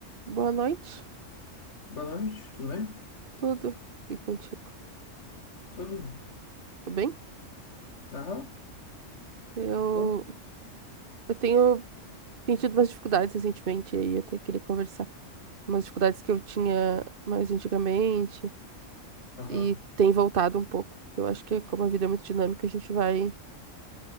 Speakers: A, on the right; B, on the left.
A: Boa noite,
B: Boa noite, tudo bem?
A: tudo e contigo,
B: Tudo?
A: tá bem?
B: Aham,
A: Eu,
B: tô.
A: eu tenho sentido umas dificuldades recentemente, e aí eu até queria conversar. Umas dificuldades que eu tinha mais antigamente
B: Aham,
A: e tem voltado um pouco, porque eu acho que é como a vida é muito dinâmica, a gente vai...